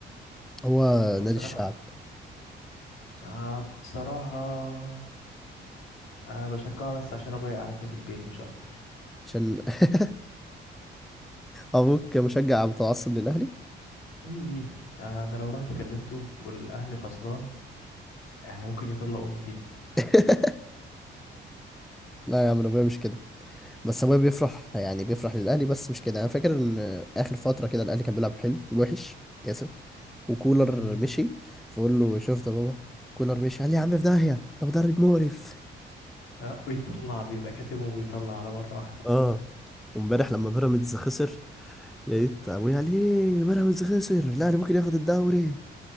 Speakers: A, in the centre; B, on the left (about 85°).
A: هو
B: أنا بصراحة
A: نادي الشعب
B: آه بصراحة آه بشجعه بس عشان أبويا يقعدني في البيت مش أكتر
A: عشان <laughs> ابوك مشجع متعصب للاهلي
B: إيه آه أنا لو رحت كلمته والأهلي خسران يعني ممكن يطلع امي فيها
A: <laughs> لا يا عم أنا ابويا مش كده بس ابويا بيفرح يعني بيفرح للاهلي بس مش كده انا فاكر ان اخر فتره كده الاهلي كان بيلعب حلو وحش اسف وكولر
B: امم
A: مشي فقول له شفت يا بابا كولر مشي قال لي يا عم في داهيه ده مدرب مقرف
B: <laughs> آه، بيطلع بيبقى كاتم وبيطلع على مره واحده
A: اه وامبارح لما بيراميدز خسر لقيت ابويا قال ايه بيراميدز خسر الاهلي ممكن ياخد الدوري